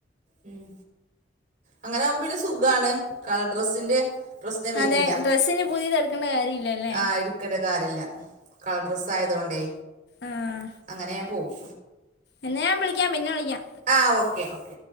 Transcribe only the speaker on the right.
ഉം അങ്ങനാവുമ്പോ പിന്നെ സുഖാണ് കളർ ഡ്രെസ്സിന്റെ പ്രശ്നം വരിണില്ല
ആഹ് എടു ക്കണ്ട കാര്യല്ല കളർ ഡ്രെസ്സായതോണ്ടേ
അങ്ങനേ പോവും
ആഹ് ഓക്കെ ഓക്കെ